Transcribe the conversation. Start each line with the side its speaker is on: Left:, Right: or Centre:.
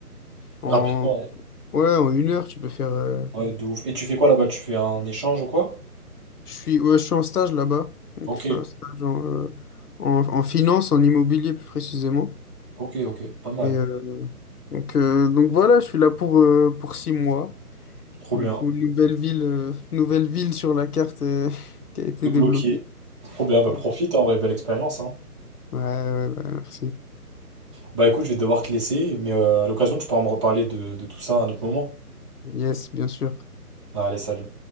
Left: en
Right: Rapidement. hein.
Left: ouais en une heure. Tu peux faire. euh,
Right: Ouais, de ouf. Et tu fais quoi là-bas? Tu fais un échange ou quoi?
Left: Je suis ouais, je suis en stage là-bas, donc
Right: Ok.
Left: je fais un stage en, euh, en, en finance, en immobilier plus précisément.
Right: Ok, ok, pas mal.
Left: Et euh, donc euh, donc voilà, je suis là pour euh, pour six mois.
Right: Trop
Left: Du
Right: bien.
Left: coup, nouvelle ville, euh, nouvelle ville sur la carte euh, <laughs> qui a été
Right: T'es bloqué.
Left: débloquée.
Right: Trop bien, bah
Left: Et-
Right: profite, hein, en vrai, belle expérience. hein.
Left: ouais, ouais, ouais, merci.
Right: Bah écoute, je vais devoir te laisser, mais euh, à l'occasion, tu pourras me reparler de, de tout ça à un autre moment.
Left: Yes, bien sûr.
Right: Allez, salut.